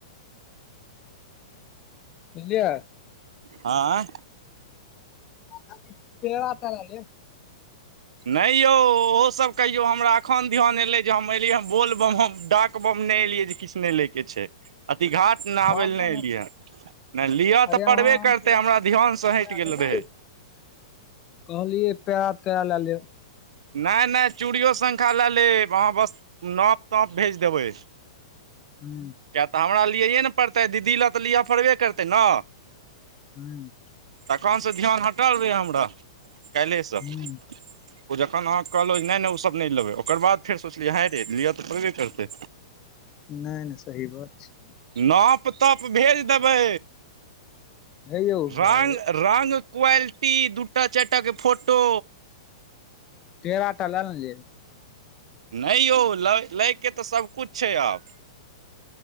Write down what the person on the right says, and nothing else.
आँ
नहि यौ ओहोसभ कहियौ हमरा एखन ध्यान एलै जे हम एलियै बोलबम हम डाक बम नहि एलियै जे किछु नहि लै के छै। अति घाट नहाबै
लए नहि
एलियै नहि लिअ
तऽ
पड़बे
करते
हमरा ध्यान से हटि गेल रहे।
नहि नहि चूड़ियो शङ्खा लऽ लेब अहाँ बस नाप ताप भेज देबै।
किएक तऽ हमरा लियैए ने पड़तै दीदी लए तऽ लिअ पड़बे करतै ने।
तखनसँ ध्यान हटल रहै। हमरा काल्हिसँ
ओ जखन अहाँ कहलहुँ नहि नहि ओ सब नहि लेबै ओकर बाद फेर सोचलियै ह रे लिअ तऽ पड़बे करतै।
नाप तप भेज देबै
रंग
रंग क्वालिटी दूटा चारि टाके फोटो
नहि यौ ल लैके तऽ सबकिछु छै। आब